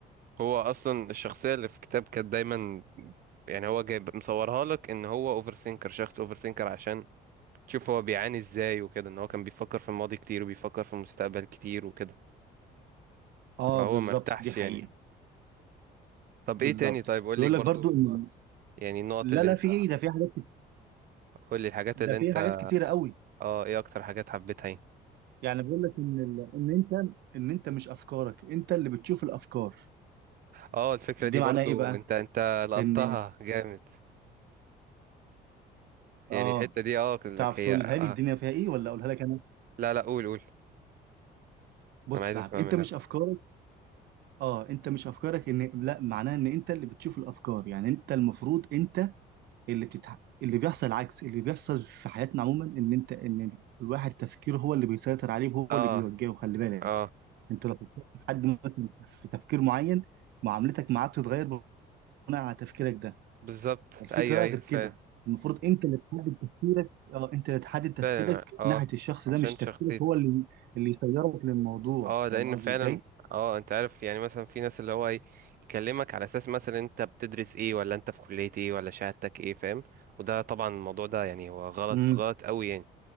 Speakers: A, on the right; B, on the right.
A: هو اصلا الشخصيه اللي في الكتاب كانت دايما يعني هو جايب مصورها لك ان هو اوفر ثينكر شخص اوفر ثينكر عشان تشوف هو بيعاني ازاي وكده ان هو كان بيفكر في الماضي كتير وبيفكر في المستقبل كتير وكده
B: اه
A: فهو
B: بالظبط
A: مرتاحش
B: دي حقيقة
A: يعني طب
B: بالظبط
A: ايه تاني طيب قول
B: بيقول
A: لي برضو
B: لك برضو
A: من النقط
B: إن
A: يعني النقط
B: لا
A: اللي
B: لا
A: انت
B: في ايه ده في حاجات كت-
A: قول لي الحاجات
B: ده
A: اللي
B: في
A: انت
B: حاجات كتيرة قوي
A: اه ايه اكتر حاجات حبيتها يعني
B: يعني بيقول لك ان ال... ان انت ان انت مش افكارك انت اللي بتشوف الافكار
A: اه الفكره
B: دي
A: دي
B: معناها
A: برضو
B: ايه بقى
A: انت انت لقطتها
B: ان
A: جامد يعني
B: اه
A: الحتة دي اه قلت لك
B: تعرف
A: هي
B: تقولها
A: اه
B: لي الدنيا فيها ايه ولا اقولها لك انا
A: لا لا قول قول
B: بص
A: انا عايز
B: يا صاحبي
A: اسمع
B: انت
A: منك
B: مش افكارك اه انت مش افكارك ان لا معناها ان انت اللي بتشوف الافكار يعني انت المفروض انت اللي بتتح... اللي بيحصل العكس اللي بيحصل في حياتنا عموما ان انت ان الواحد تفكيره هو اللي بيسيطر عليه وهو
A: اه
B: اللي بيوجهه خلي بالك
A: اه
B: انت لو فكرت في حد مثلا في تفكير معين معاملتك معاه بتتغير بناء على تفكيرك ده
A: بالظبط
B: الفكره
A: ايوه
B: بقى
A: ايوه
B: غير
A: فعلا
B: كده المفروض انت اللي تحدد تفكيرك اه انت اللي تحدد تفكيرك
A: فعلا اه
B: ناحيه الشخص
A: عشان
B: ده مش تفكيرك
A: شخصيته
B: هو اللي اللي يسيرك للموضوع
A: اه
B: فاهم
A: لان
B: قصدي
A: فعلا
B: ازاي؟
A: اه انت عارف يعني مثلا في ناس اللي هو ايه يكلمك على اساس مثلا انت بتدرس ايه ولا انت في كلية ايه ولا شهادتك ايه فاهم وده طبعا الموضوع ده يعني هو غلط
B: امم
A: غلط قوي يعني